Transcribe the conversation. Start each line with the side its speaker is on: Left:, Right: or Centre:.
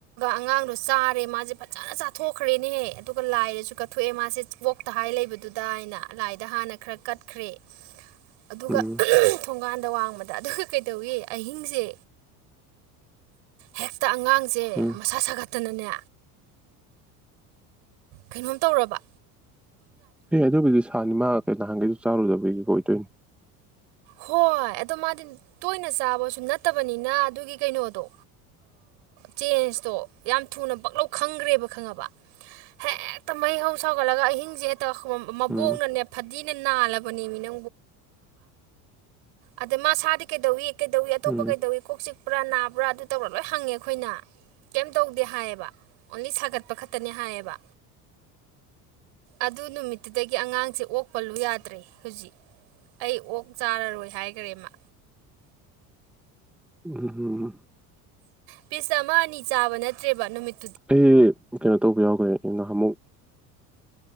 Right: ꯑꯉꯥꯡꯗꯣ ꯆꯥꯔꯦ ꯃꯥꯁꯦ ꯐꯖꯅ ꯆꯥꯊꯣꯛꯈ꯭ꯔꯦꯅꯦꯍꯦ ꯑꯗꯨꯒ ꯂꯥꯏꯔꯁꯨ ꯀꯠꯊꯣꯛꯑꯦ ꯃꯥꯁꯦ ꯀꯣꯛꯇ ꯍꯥꯏꯥꯏ ꯂꯩꯕꯗꯨꯗ ꯑꯩꯅ ꯂꯥꯏꯗ ꯍꯥꯟꯅ ꯈꯔ ꯀꯠꯈ꯭ꯔꯦ ꯑꯗꯨꯒ
Centre: ꯎꯝ
Right: ꯊꯣꯡꯒꯥꯟꯗ ꯋꯥꯡꯃꯗ ꯑꯗꯨꯒ ꯀꯩꯗꯧꯏꯤ ꯑꯍꯤꯡꯁꯦ ꯍꯦꯛꯇ ꯑꯉꯥꯡꯁꯦ
Centre: ꯎꯝ
Right: ꯃꯁꯥ ꯁꯥꯒꯠꯇꯅꯅꯦ ꯀꯩꯅꯣꯝ ꯇꯧ ꯔꯕ
Centre: ꯍ ꯑꯗꯨꯒꯤꯗꯤ ꯁꯥꯅꯤ ꯃꯥ ꯀꯩ ꯅꯍꯥꯟꯒꯩꯁꯨ ꯆꯥꯔꯨꯗꯕꯒꯤ ꯑꯣꯏꯗꯣꯏꯅꯤ
Right: ꯍꯣꯏ ꯑꯗꯣ ꯃꯥꯗꯤ ꯇꯣꯏꯅ ꯆꯥꯕꯁꯨ ꯅꯠꯇꯕꯅꯤꯅ ꯑꯗꯨꯒꯤ ꯀꯩꯅꯣꯗꯣ ꯆꯦꯟꯖꯇꯣ ꯌꯥꯝ ꯊꯨꯅ ꯄꯛꯂꯧ ꯈꯪꯈ꯭ꯔꯦꯕ ꯈꯪꯉꯕ ꯍꯦꯛꯇ ꯃꯍꯩ ꯍꯧ ꯁꯥꯎꯒꯠꯂꯒ ꯑꯍꯤꯡꯁꯦ ꯍꯦꯛꯇ ꯃꯕꯣꯛꯅꯅꯦ
Centre: ꯎꯝ
Right: ꯐꯗꯤꯅ ꯅꯥꯜꯂꯕꯅꯤꯃꯤꯅ ꯑꯗ ꯃꯥꯗꯤꯩ ꯑꯇꯣꯞꯄꯩ
Centre: ꯎꯝ
Right: ꯄꯨꯔꯥ ꯅꯥꯕ꯭ꯔꯥ ꯑꯗꯨ ꯇꯧꯕꯔꯥ ꯂꯣꯏ ꯍꯪꯉꯦ ꯑꯩꯈꯣꯏꯅ ꯀꯩꯝ ꯇꯧꯗꯦ ꯍꯥꯏꯌꯦꯕ ꯑꯣꯡꯂꯤ ꯁꯥꯒꯠꯄ ꯈꯛꯇꯅꯤ ꯍꯥꯏꯌꯦꯕ ꯑꯗꯨ ꯅꯨꯃꯤꯠꯇꯨꯗꯒꯤ ꯑꯉꯥꯡꯁꯦ ꯑꯣꯛꯄꯂꯨ ꯌꯥꯗ꯭ꯔꯦ ꯍꯧꯖꯤꯛ ꯑꯩ ꯑꯣꯛ ꯆꯥꯔꯔꯣꯏ ꯍꯥꯏꯈꯔꯦꯃ
Centre: ꯎꯝ
Right: ꯄꯤꯁ ꯑꯃ ꯑꯅꯤ ꯆꯥꯕ ꯅꯠꯇ꯭ꯔꯦꯕ ꯅꯨꯃꯤꯠ
Centre: ꯑꯩ ꯀꯩꯅꯣ ꯇꯧꯕ ꯌꯥꯎꯈ꯭ꯔꯦ ꯅ ꯑꯃꯨꯛ